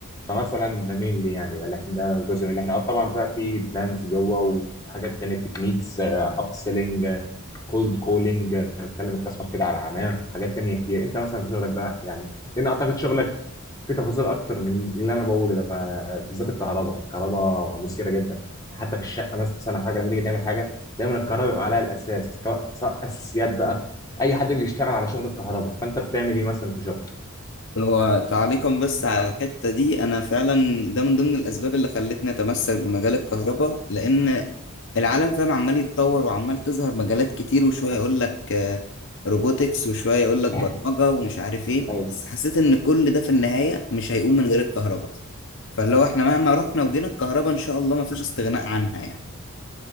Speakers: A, on the left; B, on the left.
A: فمثلا نميل لي يعني ده اللي احنا ده جزء من اللي احنا اه طبعا بقى في بلانز جوه وحاجات تانية تكنيكس اب سيلينج كولد كولينج تكلم الكاستمر كده على عماه حاجات تانية كتير انت مثلا في شغلك بقى يعني لان اعتقد شغلك في تفاصيل اكتر من اللي انا بقوله ده فبالذات الكهرباء الكهرباء مثيره جدا حتى في الشقه مثلا حاجه لما تيجي تعمل حاجه دايما الكهرباء بيبقى عليها الاساس سواء سواء اساسيات بقى اي حد بيشتغل على شغل الكهرباء فانت بتعمل ايه مثلا في شغل
B: هو تعليقا بس على الحتة دي أنا فعلا ده من ضمن الأسباب اللي خلتني أتمسك بمجال الكهرباء لأن العالم فاهم عمال يتطور وعمال تظهر مجالات كتير وشوية يقول لك روبوتكس وشوية يقول لك برمجة
A: <laughs>
B: ومش عارف إيه
A: ايوه
B: بس حسيت إن كل ده في النهاية مش هيقوم من غير الكهرباء فاللي هو إحنا مهما رحنا وجينا الكهرباء إن شاء الله مفيش استغناء عنها يعني